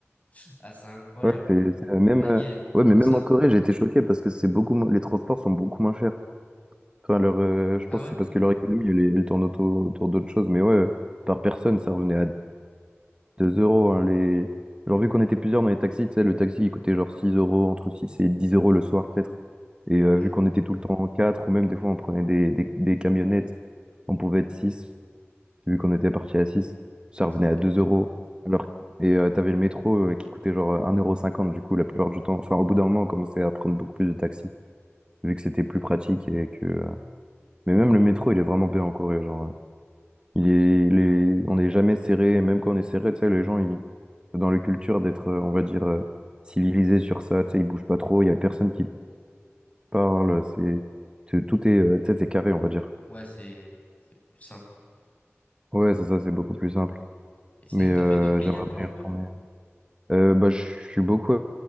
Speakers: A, on the left; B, on the right.
A: <laughs> ah, c'est incroyable.
B: Ouais, c'est- c'est- même,
A: La
B: euh,
A: vie, elle est beaucoup
B: ouais, mais
A: plus
B: même
A: simple.
B: en Corée, j'ai été choqué parce que c'est beaucoup, mo- les transports sont beaucoup moins chers. Enfin, leur, euh, je
A: Ah
B: pense
A: ouais?
B: que c'est parce que leur économie, elle, est- elle tourne autour, autour d'autres choses. Mais ouais, par personne, ça revenait à deux euros. hein, les... Genre, vu qu'on était plusieurs dans les taxis, tu sais, le taxi, il coûtait genre 6 euros, entre 6 et 10 euros le soir, peut-être. Et euh,
A: Ouais,
B: vu qu'on était tout le temps en 4, ou même des fois, on prenait des, des, des camionnettes, on pouvait être six vu qu'on était parti à six ça
A: ouais,
B: revenait
A: ça n'a aucun
B: à 2
A: rapport.
B: euros. Alors, et euh, t'avais le métro euh, qui coûtait genre euh, un euro cinquante du coup la plupart du temps. Enfin, au bout d'un moment, on commençait à prendre beaucoup plus de taxis, vu que c'était plus pratique et que. euh, Mais même le métro, il est vraiment bien en Corée. Genre, euh, il est, il est- on n'est jamais serré. et Même quand on est serré, tu sais, les gens, ils... c'est dans leur culture d'être, euh, on va dire, euh, civilisés sur ça. Tu sais, ils bougent pas trop. Il y a personne qui parle. C'est tout tout est, euh, tu sais, c'est carré, on va dire.
A: Ouais, c'est, c'est plus simple.
B: Ouais, c'est ça, c'est beaucoup plus simple.
A: Et sinon,
B: Mais
A: t'as
B: euh,
A: fait d'autres pays
B: j'aimerais
A: à part
B: bien
A: la
B: y retourner.
A: Corée?
B: Euh, bah, je suis beaucoup